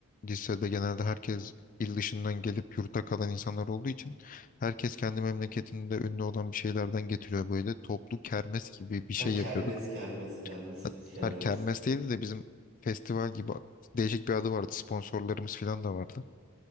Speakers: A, on the left; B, on the right.
A: lisede. Genelde herkes il dışından gelip yurtta kalan insanlar olduğu için herkes kendi memleketinde ünlü olan bir şeylerden getiriyor böyle. Toplu kermes gibi bir
B: Ha
A: şey
B: kermes
A: yapıyorduk.
B: kermes kermes
A: Hat-
B: evet kermes.
A: Her kermes değildi de bizim festival gibi değişik bir adı vardı. Sponsorlarımız falan da vardı.